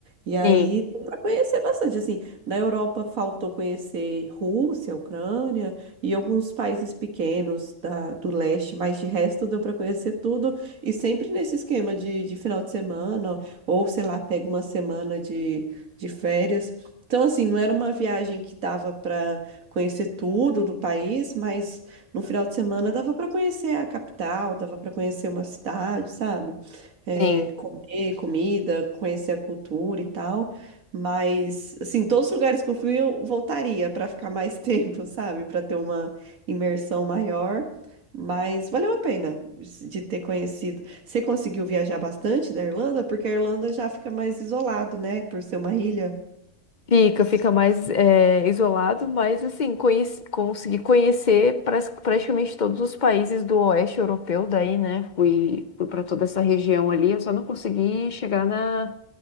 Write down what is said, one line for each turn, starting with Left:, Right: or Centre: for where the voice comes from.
Right: E aí,
Left: Sim,
Right: deu pra conhecer bastante, assim, na Europa faltou conhecer Rússia, Ucrânia e alguns países pequenos da, do leste, mas de resto deu pra conhecer tudo. E sempre nesse esquema de, de final de semana, ou sei lá, pega uma semana de, de férias. Então, assim, não era uma viagem que dava pra conhecer tudo do país, mas no final de semana dava para conhecer a capital, dava para conhecer uma cidade, sabe? É,
Left: sim.
Right: comer comida, conhecer a cultura e tal. Mas, assim, todos os lugares que eu fui, eu voltaria para ficar mais <laughs> tempo, sabe? Para ter uma imersão maior. Mas valeu a pena de ter conhecido. Você conseguiu viajar bastante da Irlanda? Porque a Irlanda já fica mais isolado, né? Por ser uma ilha.
Left: Fica, fica mais é, isolado, mas assim, conheci, consegui conhecer pras- praticamente todos os países do oeste europeu daí, né? Fui, fui para toda essa região ali, eu só não consegui chegar na.